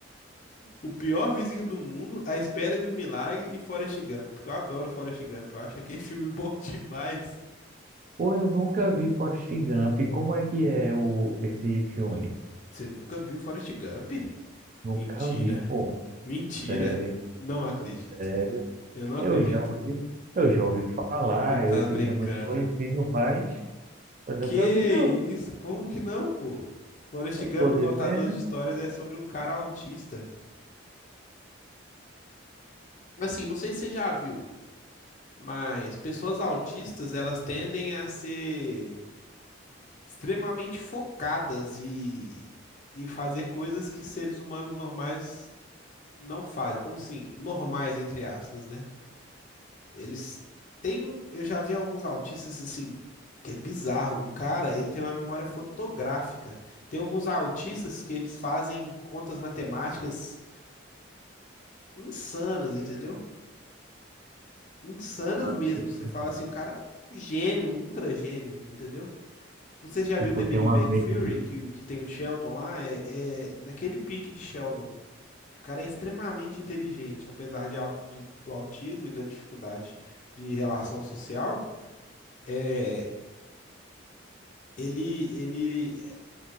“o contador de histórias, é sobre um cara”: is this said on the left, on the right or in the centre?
Left